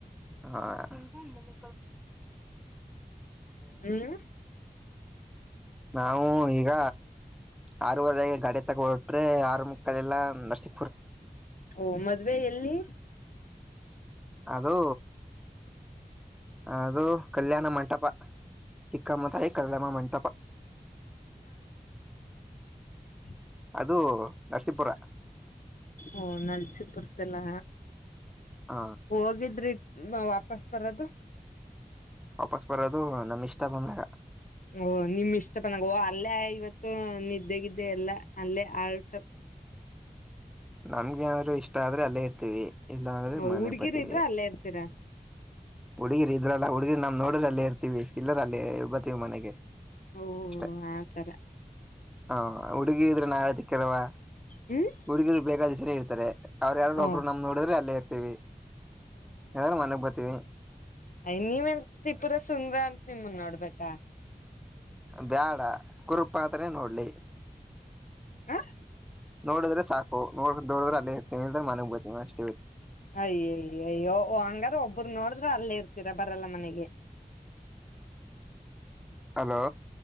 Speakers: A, in the centre; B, on the left (about 65°).
A: ಹಾ ಮ
B: ನೀವು
A: ನಾವು ಈಗ ಆರವರೆಗೆ ಗಡೆ ತಗೊಂಡ ಹೊಟ್ರೆ ಆರು ಮುಕ್ಕಾಲ ಎಲ್ಲಾ ನರ್ಸ
B: ಓ ಮದ್ವೆ ಎಲ್ಲಿ
A: ಅದು ಅದು ಕಲ್ಯಾಣ ಮಂಟಪ ಚಿಕ್ಕಮ್ಮ ತಾಯಿ ಕಲ್ಲ್ಲಮ್ಮ ಮಂಟಪ
B: ಹಂತ
A: ಅದು ನರಸೀಪುರ
B: ಓ ನಲ್ಸಿಪುರತಲ್ಲ
A: ಹ
B: ಹೋಗಿದ್ರಿ ವಾಪಸ್ ಬರೋದು
A: ವಾಪಸ್ ಬರೋದು ನಮ್ ಇಷ್ಟ ಬಂದಾಗ
B: ಓ ನಿಮ್ ಇಷ್ಟಪನಾಗ ಓ ಅಲ್ಲೇ ಇವತ್ತು ನಿದ್ದೇಗಿದ್ದೆ ಎಲ್ಲಾ ಅಲ್ಲೇ ಆರ್ಟ
A: ನಮ್ಗೆಾದ್ರು ಇಷ್ಟ ಆದ್ರೆ ಅಲ್ಲೇ ಇರ್ತೀವಿ ಇಲ್ಲಾ ಅಂದ್ರೆ
B: ಹುಡ್ಗಿರ್
A: ಮನೆಗ್ ಬರ್ತೀವಿ
B: ಇದ್ರ ಅಲ್ಲೇ ಇರ್ತೀರಾ
A: ಹುಡ್ಗಿರಿ ಇದ್ರಲ್ಲಾ ಹುಡ್ಗಿರಿ ನಾವ್ ನೋಡ್ರಲ್ಲೇ ಇರ್ತೀವಿ ಇಲ್ಲರಲ್ಲಿ ಬತೀವಿ ಮನೆಗೆ
B: ಓ
A: ಅಷ್ಟೇ
B: ಆತರ
A: ಹ ಹುಡುಗಿ ಇದ್ರೆ ನಾವದಿಕ್ಕೆಲ್ವಾ
B: ಹ್ಮ್
A: ಹುಡುಗರು ಬೇಕಾದಸರ ಇರ್ತಾರೆ ಅವರು ಯಾರ
B: ಹ
A: ಒಬ್ರು ನಮ್ ನೋಡಿದ್ರೆ ಅಲ್ಲೇ ಇರ್ತೀವಿ ಯಾರು ಮನೆ ಬತೀವಿ
B: ಅಯ್ ನೀವೆನ್ ತ್ರಿಪುರ ಸುಂದ್ರ ಅಂತ ನಿಮಂದ್ ನೋಡ್ಬೇಕಾ
A: ಬ್ಯಾಡ ಕುರುಪಾತ್ರ ನೋಡ್ಲಿ
B: ಹ
A: ನೋಡಿದ್ರೆ ಸಾಕು ನೋ ನೋಡ್ರೆ ಅಲ್ಲಿ ಇರ್ತಿಲ್ದ್ರ ಮನಗ್ ಬರ್ತೀವಿ ಅಷ್ಟೆ
B: ಅಯ್ಯಯ್ಯ ಅಯ್ಯೋ ಹಂಗಾರ ಒಬ್ಬರು ನೋಡಿದ್ರ ಅಲ್ಲಿ ಇರ್ತ ೀರ ಬರಲ್ಲ ಮನೆಗೆ
A: ಹಲೋ